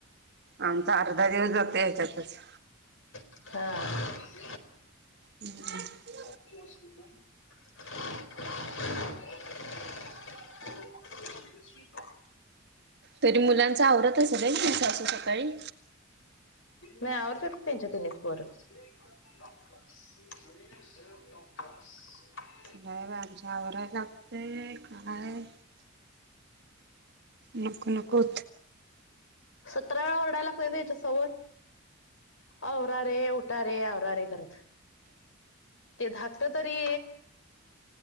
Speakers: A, on the right; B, on the left.
A: आमचा अर्धा दिवस जातो हच्यातच.
B: ह <unintelligible> हा
A: हम्
B: <inaudible> <inaudible>
A: तरी मुलांचा आवरत असेल नाही सासू सकाळी
B: नाही आवरत्यात की त्यांची तेनीच पोर <unintelligible>
A: नाही बाई आमच्या आवरायला लागतय काय नको नको
B: सतरा वेळा वरडायला लागतय त्यांच्यासमोर आवरा रे उ उठा रे आवरा रे करत ते धाकटा तरी